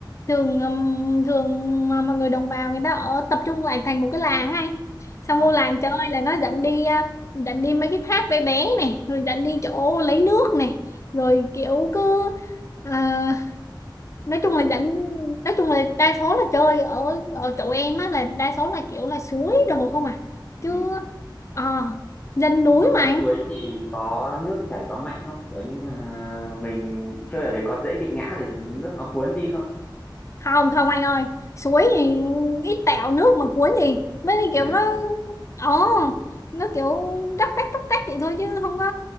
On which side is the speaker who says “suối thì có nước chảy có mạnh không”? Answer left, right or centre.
Left